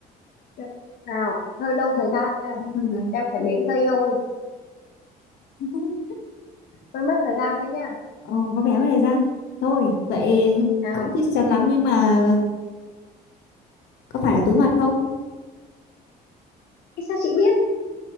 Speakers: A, on the left; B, on the left.
A: Được. Nào, hơi lâu thời
B: <laughs>
A: gian nha.
B: Ừ, con người
A: Em phải đếm giây thôi.
B: <laughs>
A: Hơi mất thời gian đấy nha.
B: Ồ, có vẻ mất thời gian thôi vậy
A: Nào.
B: cũng chưa chắc chắn lắm nhưng mà có phải là túi mật không
A: Ý sao chị biết?